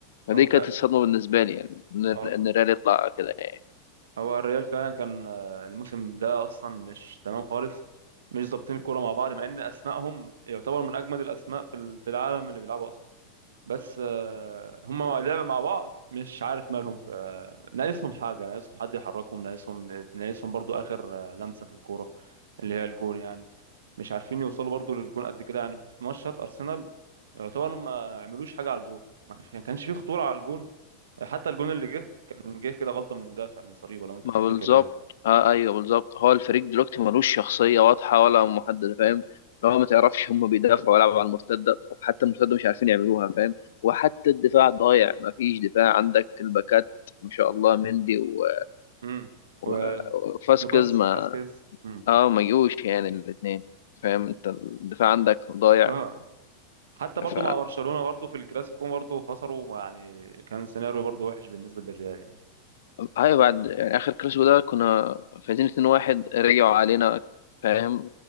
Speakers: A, on the left; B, on the right.
A: فدي
B: هو ف-
A: كانت الصدمة بالنسبة لي يعني إن إن
B: هو
A: الريال يطلع كده يعني
B: هو الريال فعلا كان آه، الموسم ده اصلا مش تمام خالص مش ظابطين الكوره مع بعض مع ان اسمائهم يعتبر من اجمد الاسماء في ال- في العالم اللي بيلعبوا اصلا بس آه، هما لعبوا مع بعض مش عارف مالهم ف ناقصهم حاجة ناقصهم حد يحركهم ناقصهم ناقصهم برضو آخر آه، لمسة في الكورة اللي هي الجون يعني مش عارفين يوصلوا برضو للجون قد كده يعني في ماتشات أرسنال يعتبر ما عملوش حاجة على الجون ما كانش ما كانش فيه خطورة على الجون حتى الجون اللي جه كان جه كده غلطة من المدافع من صليبة لو أنت
A: ما
B: تفتكر
A: بالظبط
B: يعني
A: آه أيوه بالظبط هو الفريق دلوقتي ملوش شخصية واضحة ولا محددة فاهم لو ما تعرفش هم بيدافعوا ولا على المرتدة أو حتى المرتدة مش عارفين يعملوها فاهم وحتى الدفاع ضايع ما فيش دفاع عندك الباكات ما شاء الله مندي و...
B: امم
A: و...
B: و
A: وفاسكيز
B: لوكاس
A: ما
B: فاسكيز امم
A: آه ما جوش يعني الاتنين فاهم أنت الدفاع عندك ضايع
B: اه حتى برضو
A: ف
B: مع برشلونة برضو في الكلاسيكو برضو خسروا يعني كان سيناريو برضو وحش بالنسبة للريال يعني
A: ايوه بعد يعني اخر كلاسيكو ده كنا فايزين 2-1 رجعوا علينا فاهم